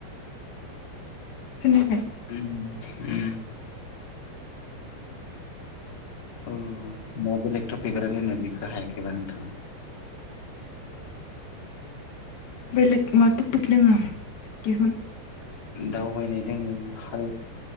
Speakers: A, on the left (about 65°); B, on the left (about 25°).
A: खोनायाखै?
B: उम ओम अ होमबा बेलेग थ बिग्रालायनो बिखौ हायाखैबा नोंथाङा
A: बेलेग मा टपिक दोङो दिहुन
B: दाउबायनाय दङो हा